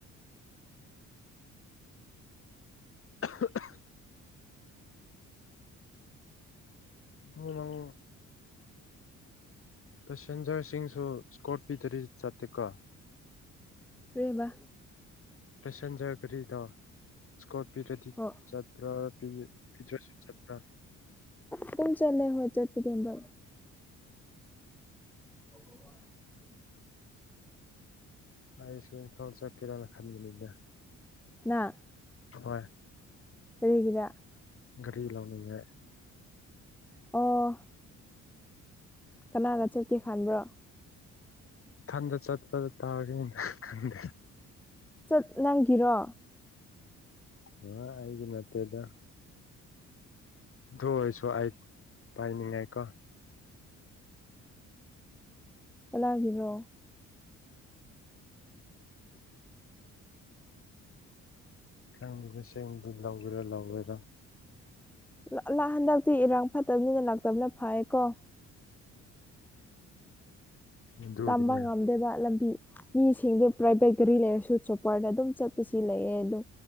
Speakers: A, on the left (about 45°); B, in the centre.
A: <unintelligible> ꯅꯪ ꯄꯦꯁꯦꯟꯖꯔꯁꯤꯡꯁꯨ ꯁꯀꯣꯔꯠ ꯄꯤꯗꯔꯤ ꯆꯠꯇꯦꯀꯣ
B: ꯀꯔꯤꯕ
A: ꯄꯦꯁꯦꯟꯖ꯭ꯔꯠ ꯀꯔꯤꯗꯣ ꯁꯀꯣꯠ ꯄꯤꯗꯔꯗꯤ
B: ꯍꯣꯏ
A: ꯆꯠꯄ꯭ꯔꯥ ꯄꯤ ꯄꯤꯗ꯭ꯔꯁꯨ ꯆꯠꯄ꯭ꯔꯥ
B: ꯇꯨꯝ ꯆꯠꯂꯦ ꯍꯣꯏ ꯆꯠꯄꯗꯤ ꯍꯟꯗꯛ <unintelligible>
A: ꯑꯩꯁꯨ ꯏꯝꯐꯥꯜ ꯆꯠꯀꯦꯔꯅ ꯈꯟꯕꯅꯤꯗ
B: ꯅꯥ
A: ꯍꯣꯏ
B: ꯀꯔꯤꯒꯤꯔꯥ
A: ꯒꯥꯔꯤ ꯂꯧꯅꯤꯡꯉꯥꯢ
B: ꯑꯣ ꯀꯅꯥꯒ ꯆꯠꯀꯦ ꯈꯟꯕ꯭ꯔꯣ
A: ꯏꯊꯟꯗ ꯆꯠꯄꯗ ꯇꯥꯒꯦꯅꯤ ꯈꯪꯗꯦ
B: ꯆꯠ ꯅꯪꯒꯤꯔꯣ
A: <unintelligible> ꯑꯩꯒꯤ ꯅꯠꯇꯦꯗ ꯑꯗꯨ ꯑꯣꯔꯁꯨ ꯑꯩ ꯄꯥꯏꯅꯤꯡꯉꯦ ꯀꯣ
B: ꯀꯅꯥꯒꯤꯅꯣ
A: ꯈꯪꯗꯦ ꯁꯦꯡꯗꯨ ꯂꯧꯒꯦꯔꯥ ꯂꯧꯂꯣꯏꯔꯥ
B: ꯂꯥ ꯂ ꯍꯟꯗꯛꯇꯤ ꯏꯔꯥꯡ ꯐꯠꯇꯕꯅꯤꯅ ꯂꯥꯛꯇꯕꯅ ꯐꯌꯦ ꯀꯣ
A: ꯑꯗꯨꯒꯤꯅꯦ
B: ꯇꯝꯕ ꯉꯝꯗꯦꯕ ꯂꯝꯕꯤ ꯃꯤꯁꯤꯡꯗꯨ ꯄ꯭ꯔꯥꯏꯚꯦꯠ ꯒꯥꯔꯤ ꯂꯩꯔꯁꯨ ꯆꯣꯄ꯭ꯔꯗ ꯑꯗꯨꯝ ꯆꯠꯄꯁꯤ ꯂꯩꯑꯦ ꯑꯗꯨ